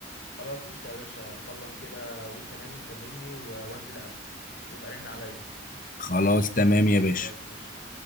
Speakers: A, on the left; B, on the left.
A: خلاص قشطة يا باشا خلص كده وانت نازل كلمني و- وانزل قبلك يبقى رن عليا
B: خلاص تمام يا باشا
A: خلاص قشطة